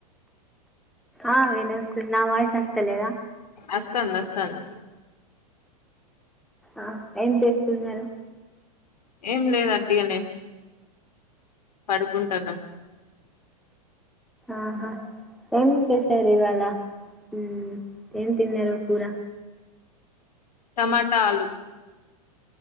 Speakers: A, in the centre; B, on the left.
A: ఆ వినస్తుంది నా వయిస్ వస్తలద
B: అస్తంది అస్తంది
A: ఆ ఏం చేస్తున్నారు
B: ఏం లేదు అట్గానే పడుకుంటాను
A: ఆహా ఏం చేసరు ఇవళ ఉ ఏం తిన్నారు కూర
B: టమాటా ఆలూ